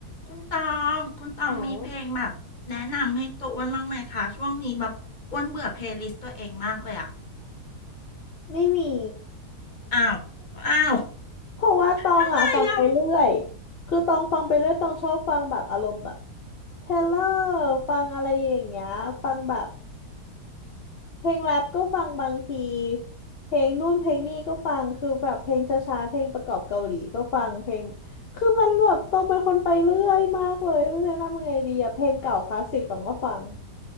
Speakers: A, on the left; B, on the left.
A: คุณตองคุณตองมีเพลงแบบแนะนำให้ตัวอ้วนบ้างไหมคะช่วงนี้แบบอ้วนเบื่อเพลย์ลิสต์ตัวเองมากเลยอะ
B: หนังไม่มี
A: อ้าวอ้าว
B: <laughs> เพราะว่าตองอ่ะฟังไปเรื่อย
A: ทำไมอะ
B: คือตองฟังไปเรื่อยตองชอบฟังแบบอารมณ์แบบเทเลอร์ฟังอะไรอย่างเงี้ยฟังแบบเพลงแรปก็ฟังบางทีเพลงนู่นเพลงนี่ก็ฟังคือแบบเพลงช้าๆเพลงประกอบเกาหลีก็ฟังเพลงคือมันแบบตองเป็นคนไปเรื่อยมากเลยไม่รู้จะแนะนำยังไงดีอะเพลงเก่าคลาสสิกตองก็ฟัง